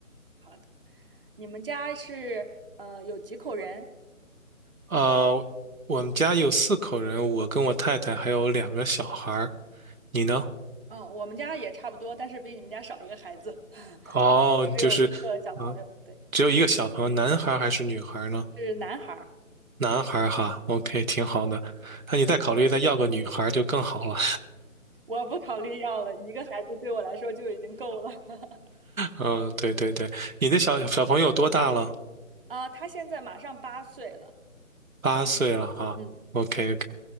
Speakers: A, on the right; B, on the right.
A: 好的。你们家是呃有几口人？
B: 呃，我们家有四口人，我跟我太太还有两个小孩儿。你呢？
A: 嗯，我们家也差不多，但是比你们家少一个孩子。<laughs>
B: 哦，
A: 我们只有一个小朋友，
B: 就是啊，
A: 对，
B: 只有一个小朋友，男孩儿还是女孩儿呢？
A: 是男孩儿。
B: 男孩儿哈，OK，挺好的。那你再考虑再要个女孩儿就更好了。
A: 我不考虑要了，一个孩子对我来说就已经够了。<laughs>
B: 嗯，对对对，你的小小朋友多大了？
A: 啊，他现在马上八岁了。
B: 八岁了哈。
A: 嗯，
B: OK OK，